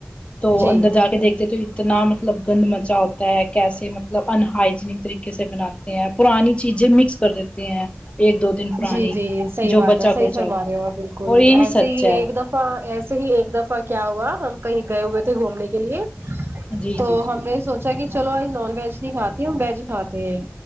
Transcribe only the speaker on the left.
تو
اندر جا کے دیکھتے تو اتنا مطلب گند مچا ہوتا ہے کیسے مطلب ان ہائجینک طریقے سے بناتے ہیں پرانی چیزیں مکس کر دیتے ہیں ایک دو دن پرانی
جو
بچا
کوچا
ہوتا
ہے
اور یہی
سچ
ہے
جی
جی